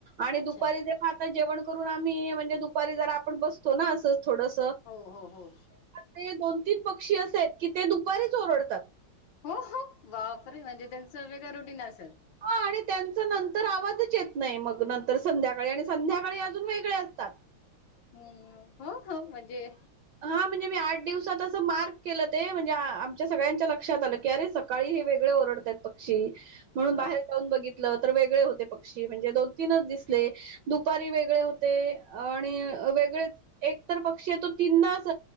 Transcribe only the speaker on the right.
आणि
दुपारी जे हा, आता जेवण करून आम्ही म्हणजे, दुपारी जरा आपण बसतो ना, असं थोडस,
ते, दोन -तीन, पक्षी असे आहेत कि ते, दुपारीच ओरडतात.
हा, आणि त्यांच नंतर आवाजच येत नाही. मग नंतर संध्याकाळी, आणि संध्याकाळी अजून वेगळे असतात.
हा, म्हणजे मी आठ दिवसात, असं मार्क केलं ते, म्हणजे आमच्या सगळ्यांच्या लक्षात आलं की, अरे सकाळी हे वेग गळ, ओरडतात पक्षी, म्हणून
बाहेर जाऊ बघितल. तर वेगळे होते, पक्षी म्हणजे दोन - तीनच दिसले. दुपारी वेगळे होते, आणि वेगळेच, एक तर पक्षी आहे तो, तीनदा अस